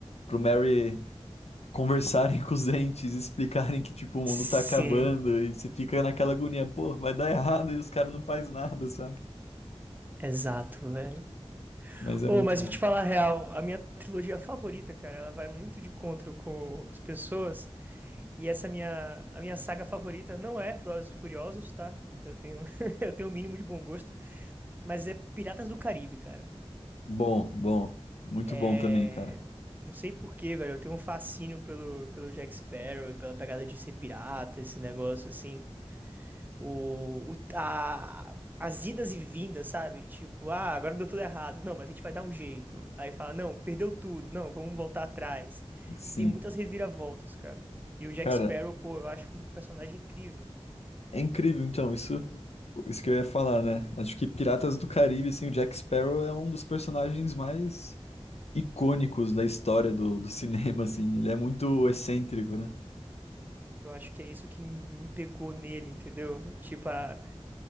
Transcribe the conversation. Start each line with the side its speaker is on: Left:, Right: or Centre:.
Left: pro Merry conversarem <laughs> com os entes, explicarem que, tipo, o mundo
Right: Sim,
Left: tá acabando e você fica naquela agonia, pô, vai dar errado e os caras não fazem nada, sabe?
Right: exato, velho.
Left: Mas é
Right: Ô,
Left: muito
Right: mas
Left: bom.
Right: vou te falar a real, a minha trilogia favorita, cara, ela vai muito de encontro com as pessoas. E essa minha, a minha saga favorita não é Velozes e Furiosos, tá? Eu tenho, <laughs> eu tenho o mínimo de bom gosto, mas é Piratas do Caribe, cara.
Left: Bom, bom, muito
Right: É,
Left: bom também, cara.
Right: não sei por quê, velho. Eu tenho um fascínio pelo, pelo Jack Sparrow, pela pegada de ser pirata, esse negócio assim. O, o, a, as idas e vindas, sabe? Tipo, ah, agora deu tudo errado. Não, mas a gente vai dar um jeito. Aí fala, não, perdeu tudo. Não, vamos voltar atrás.
Left: Sim.
Right: E tem muitas reviravoltas, cara. E o Jack
Left: Cara,
Right: Sparrow, pô, eu acho um personagem incrível.
Left: é incrível então, isso, isso que eu ia falar, né? Acho que Piratas do Caribe, assim, o Jack Sparrow é um dos personagens mais icônicos da história do, do <laughs> cinema, assim. Ele é muito excêntrico, né?
Right: Eu acho que é isso que me pegou nele, entendeu? Tipo, a-